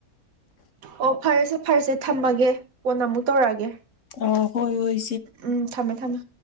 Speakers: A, on the right (about 65°); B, on the left (about 55°).
A: ꯑꯣ ꯐꯔꯁꯦ ꯐꯔꯁꯦ ꯊꯝꯃꯒꯦ ꯀꯣꯟꯅ ꯑꯃꯨꯛ ꯇꯧꯔꯛꯑꯒꯦ꯫
B: ꯑ ꯍꯣꯏ ꯍꯣꯏ
A: ꯎꯝ ꯊꯝꯃꯦ ꯊꯝꯃꯦ꯫